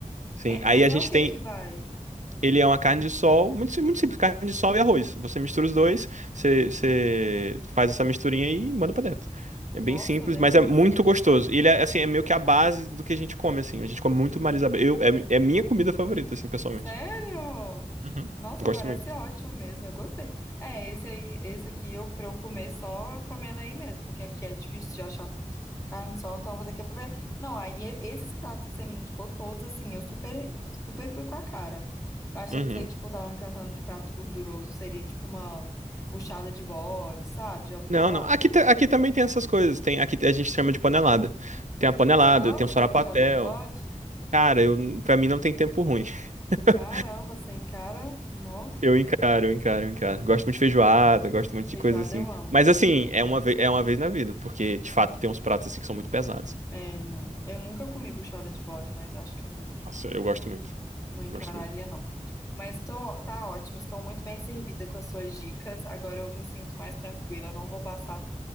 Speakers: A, on the right (about 65°); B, on the left (about 25°).
A: Sim,
B: É,
A: aí
B: mas
A: a
B: é
A: gente
B: o que
A: tem
B: que vai?
A: Ele é uma carne de sol, muito, sim- muito simples, carne de sol e arroz. Você mistura os dois, você, você faz essa misturinha aí e manda pra dentro. É
B: Nossa,
A: bem simples,
B: delícia.
A: mas é muito gostoso. E Ele é, assim, é meio que a base do que a gente come, assim. A gente come muito Marisabel. Eu, é, é minha comida favorita, assim, pessoalmente.
B: Sério?
A: Uhum.
B: Nossa,
A: Gosto
B: parece
A: muito.
B: ótimo mesmo. Eu gostei. É, esse aí, esse aqui eu pra eu comer só comendo aí mesmo, porque aqui é difícil de achar Carne sol, então eu vou ter que aproveitar. Não, aí e- esses pratos que você me indicou todos, assim, eu super, super fui com a cara. Eu achei
A: Uhum.
B: que você, tipo, tava me perguntando de prato gorduroso, seria tipo uma buchada de bode, sabe? Já ouviu
A: Não,
B: falar?
A: não. Aqui, ta- aqui também tem essas coisas. Tem, aqui a gente chama de panelada. Tem a panelada,
B: Bu- Você gosta
A: tem o sarapatel.
B: de buchada de bode?
A: Cara, eu, pra mim não tem tempo ruim. <laughs>
B: Caramba, sem cara, nó.
A: Eu encaro, eu encaro, eu encaro. Gosto muito de feijoada, gosto muito
B: Feijoada
A: de coisa assim.
B: eu amo,
A: Mas assim,
B: feijoada.
A: é uma vez, é uma vez na vida, porque de fato tem uns pratos assim que são muito pesados.
B: É, não. Eu nunca comi buchada de bode, mas acho que eu não,
A: Nossa, eu gosto muito.
B: não encararia,
A: Gosto muito.
B: não. Mas tô, tá ótimo, estou muito bem servida com as suas dicas. Agora eu me sinto mais tranquila, não vou passar